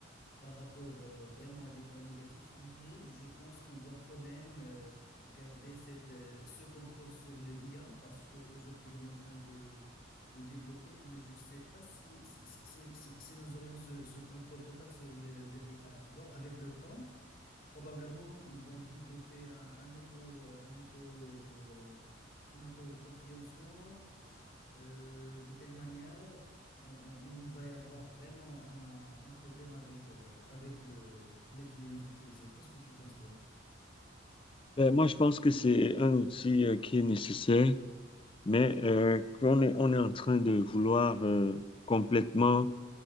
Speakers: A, on the left; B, on the left.
A: par rapport euh, vraiment à des points négatifs, mais je pense qu'on doit quand même euh, garder cette, euh, ce contrôle sur le IA parce qu'aujourd'hui, on est en train de, de développer, mais je ne sais pas si, si, si- si- si si nous aurions ce, ce contrôle total sur le, le AI, tu vois. Avec le temps, probablement, ils vont développer un, un auto, un auto euh, une autocompréhension. Euh, de telle manière, on, on- on va y avoir vraiment un, un problème avec, euh, avec le, l'intelligence artificielle. Qu'est-ce que tu penses, toi?
B: Ben, moi, je pense que c'est un outil euh, qui est nécessaire, mais euh, qu'on est, on est en train de vouloir euh, complètement